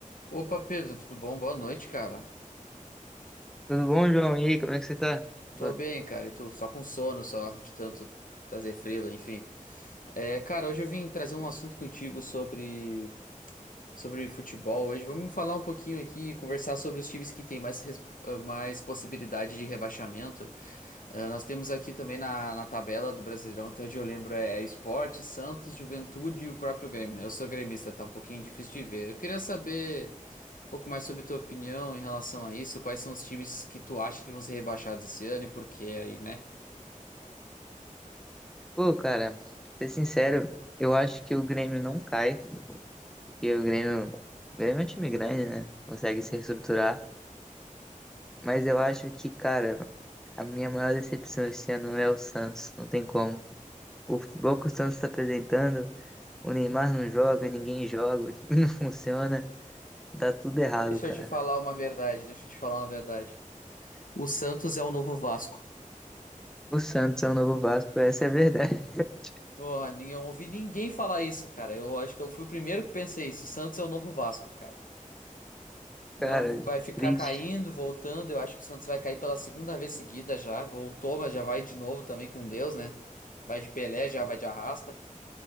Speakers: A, on the left; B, in the centre.
A: Opa, Pedro, tudo bom? Boa noite, cara.
B: Tudo bom, João? E aí, como é que você tá?
A: Tô
B: Va-
A: bem, cara. E tu? Só com sono, só, de tanto trazer frila, enfim. É, cara, hoje eu vim trazer um assunto contigo sobre, sobre futebol. Hoje vamos falar um pouquinho aqui, e conversar sobre os times que têm mais, res- ah, mais possibilidade de rebaixamento. Ah, nós temos aqui também na, na tabela do Brasileirão, até onde eu lembro, é é Sport, Santos, Juventude e o próprio Grêmio, né? Eu sou gremista, tá um pouquinho difícil de ver. Eu queria saber. um pouco mais sobre tua opinião em relação a isso. Quais são os times que tu acha que vão ser rebaixados esse ano e por quê aí, né?
B: Pô, cara, pra ser sincero, eu acho que o Grêmio não cai, porque o Grêmio, o Grêmio é um time grande, né? Consegue se reestruturar. Mas eu acho que, cara, a minha maior decepção esse ano é o Santos, não tem como. O futebol que o Santos tá apresentando, o Neymar não joga, ninguém joga, o time <laughs> não funciona, dá tudo errado,
A: Deixa
B: cara.
A: eu te falar uma verdade, deixa eu te falar uma verdade. O Santos é o novo Vasco.
B: O Santos é o novo Vasco, essa é a verdade. <laughs>
A: Porra, nem- eu ouvi ninguém falar isso, cara. Eu acho que eu fui o primeiro que pensei isso. O Santos é o novo Vasco, cara.
B: Cara,
A: Não vai ficar
B: triste.
A: caindo, voltando. Eu acho que o Santos vai cair pela segunda vez seguida já. Voltou, mas já vai de novo também com Deus, né? Vai de Pelé, já vai de arrasta.